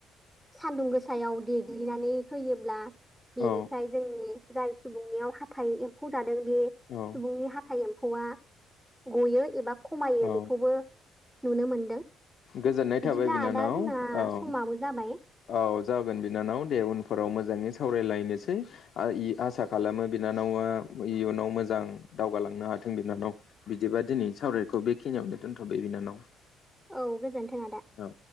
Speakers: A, in the centre; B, on the left.
A: सान्दुं गोसायाव देग्लिनानै होयोब्ला बेनिफ्राय।
B: औ
A: जोंनि जाय सुबुंनियाव हाथाइ एम्फौ जादों बे सुबुंनि
B: औ
A: हाथाइ एमफौ। एम्फौआ गयो एबा खमायो
B: औ
A: बेखौबो। नुनो मोनदों
B: गोजोननाय
A: बिदिब्ला
B: थाबाय बिनानाव
A: दा जोंना
B: औ
A: समाबो जाबाय।
B: औ जागोन बिनानाव दे उनफोराव मोजाङै सावरायलायनोसै आसा खालामो बिनानाव। बिनानावा इयुनाव मोजां दावगालांनो हाथों बिनानाव बिदिबा दिनै सावराय। खौ बेखिनियावनो दोनथ' बिनानाव।
A: औ गोजोन्थों आदा।
B: औ